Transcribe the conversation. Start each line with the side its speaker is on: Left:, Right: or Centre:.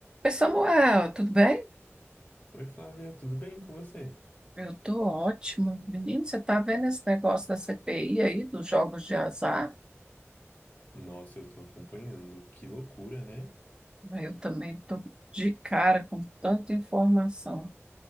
Right: Oi, Samuel, tudo bem?
Left: Oi, Flávia, tudo bem com você?
Right: Eu tô ótima. Menino, você tá vendo esse negócio da CPI aí, dos jogos de azar?
Left: Nossa, eu tô acompanhando. Que loucura, né?
Right: Eu também tô de cara com tanta informação.